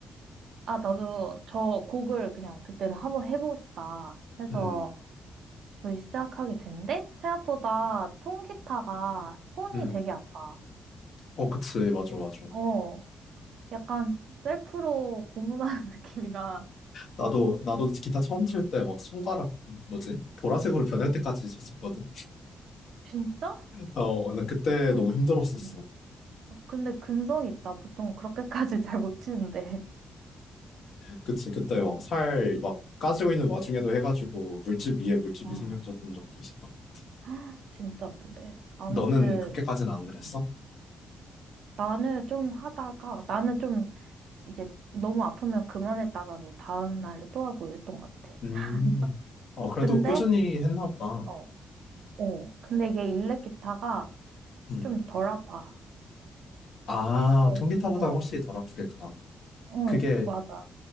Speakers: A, on the right; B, on the left.
A: 아, 나도 저 곡을 그냥 그때는 한번 해보고 싶다 해서
B: 음,
A: 그걸 시작하게 된데 생각보다 통기타가 손이
B: 음.
A: 되게 아파.
B: 어, 그치, 맞아, 맞아.
A: 어, 약간 셀프로 고문하는 <laughs> 느낌이라.
B: 나도, 나도 기타 처음 칠 때 막 손가락, 뭐지? 보라색으로 변할
A: 응,
B: 때까지 쳤었거든?
A: 진짜?
B: 어, 근데 그때
A: 좀,
B: 너무 힘들었었어.
A: 응, 근데 근성이 있다. 보통 그렇게까지 <laughs> 잘 못 치는데.
B: 그치, 그때
A: 어,
B: 막 살 막 까지고 있는 와중에도 해가지고 물집 위에 물집이
A: 아,
B: 생겼던 적도 있었던 것 같아.
A: <gasps> 진짜 아픈데. 아무튼
B: 너는 그렇게까지는 안 그랬어?
A: 음. 나는 좀 하다가 나는 좀 이제 너무 아프면 그만했다가 뭐 다음 날에 또 하고 이랬던 것 같아.
B: 음,
A: <laughs>
B: 어, 그래도
A: 근데
B: 꾸준히 했나 보다.
A: 어 어, 근데 이게 일렉 기타가
B: 음.
A: 좀 덜 아파.
B: 아,
A: 거의,
B: 통기타보다
A: 어,
B: 확실히 덜 아프겠다.
A: 어,
B: 그게
A: 맞아,